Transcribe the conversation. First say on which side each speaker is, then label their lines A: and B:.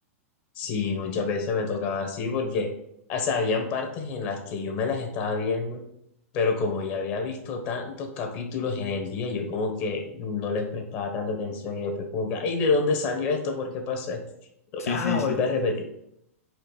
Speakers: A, on the left; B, on the left.
A: Sí, muchas veces me tocaba así porque, o sea, habían partes en las que yo me las estaba viendo, pero como ya había visto tantos capítulos en el día, yo como que no les prestaba tanta atención y después como que, ay, ¿de dónde salió esto? ¿Por qué pasó esto? Tocaba
B: Sí, sí, sí.
A: volver a repetir.